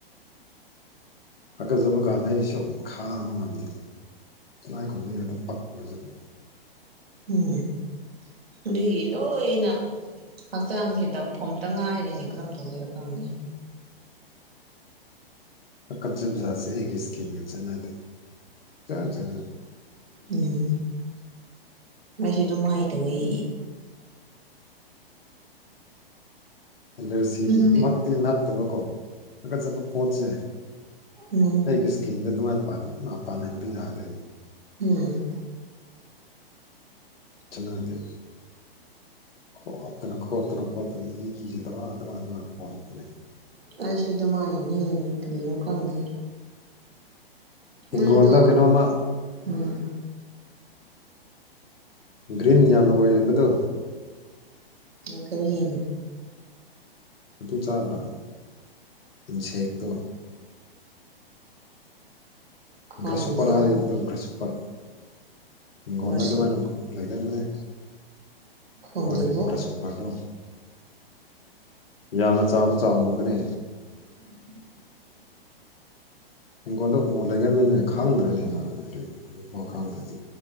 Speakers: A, on the left; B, on the right.
A: ꯍꯥꯀꯖꯕ ꯀꯥꯟꯗ ꯑꯩꯁꯨ ꯈꯥꯡꯕ ꯉꯝꯗꯦ ꯇꯤꯂꯥꯏꯈꯣꯝꯕꯤ ꯀꯨꯝꯗꯩ ꯄꯛꯂꯖꯕ
B: ꯎꯝ ꯑꯗꯨꯒꯤ ꯂꯣꯏꯅ ꯍꯛꯆꯥꯡꯁꯦ ꯗꯛꯐꯣꯝꯇ ꯉꯥꯏꯔꯤꯅꯦ ꯀꯔꯝ ꯇꯧꯁꯤꯔ ꯈꯪꯅꯤ
A: ꯄꯀꯠꯆ ꯕꯖꯥꯁꯦ ꯑꯩꯒꯤ ꯏꯁꯀꯤꯝꯒ ꯆꯠꯅꯗꯦ ꯆꯠꯅ ꯆꯠꯅꯗꯦ
B: ꯎꯝ ꯃꯩꯁꯨ ꯑꯗꯨꯝꯃꯥꯏ ꯇꯧꯋꯤ
A: ꯑꯦꯂꯔꯖꯤꯃꯛꯇꯤ
B: ꯅꯪꯗꯤ
A: ꯅꯠꯇꯕꯀꯣ ꯍꯥꯥꯀꯠꯆꯠꯄ ꯄꯣꯠꯁꯦ
B: ꯎꯝ
A: ꯑꯩꯒꯤ ꯏꯁꯀꯤꯟꯗ ꯑꯗꯨꯃꯥꯏꯅ ꯄ ꯄꯥꯟꯍꯟꯕ ꯌꯥꯗꯦ
B: ꯎꯝ
A: ꯆꯠꯅꯗ‌ꯦ ꯈꯣꯠꯇꯅ ꯈꯣꯠꯇꯅ ꯈꯣꯠꯇꯅ ꯏ ꯑꯗ ꯑꯗ ꯈꯣꯠꯄꯅ‌ꯦ
B: ꯑꯩꯁꯨꯗꯨꯃꯥꯏꯅꯅꯤ ꯀꯔꯤꯅ‌ꯣ ꯈꯪꯗ‌ꯦ ꯅ‌ꯣꯏꯗꯨ
A: ꯍꯤꯡꯒꯣꯜꯗ ꯀꯩꯅꯣꯝꯃ
B: ꯎꯝ
A: ꯒ꯭ꯔꯤꯟ ꯌꯥꯝꯅ ꯑꯣꯏꯌꯦꯕꯗꯣ
B: ꯉꯥꯏꯈ‌ꯣ ꯌ‌ꯦꯡꯏ
A: ꯑꯗꯨ ꯆꯥꯕ꯭ꯔ ꯏꯟꯁꯦꯛꯇꯣ
B: ꯈꯣꯡꯗꯦ
A: ꯒ꯭ꯔꯁꯨꯄꯔꯗ ꯒ꯭ꯔꯁꯨꯄꯔ ꯏꯒꯣꯗ
B: ꯔꯁꯨꯛ
A: ꯑꯗꯨꯃꯥꯏꯅ ꯂꯩꯒꯟꯕꯅꯦ
B: ꯈꯣꯡꯗꯦꯕꯨ
A: ꯍꯣꯏ ꯒ꯭ꯔꯁꯁꯣꯄ꯭ꯔꯗꯣ ꯌꯥꯅ ꯆꯥꯎꯁꯨ ꯆꯥꯎꯅꯕꯅꯦ
B: <inaudible>
A: ꯍꯤꯡꯒꯣꯟꯗ ꯑꯣ ꯂꯩꯒꯔꯃꯦꯟꯅ ꯈꯪꯗ꯭ꯔꯅꯤꯅ ꯍꯥꯏꯗꯤ ꯈꯪꯗ꯭ꯔꯗꯤ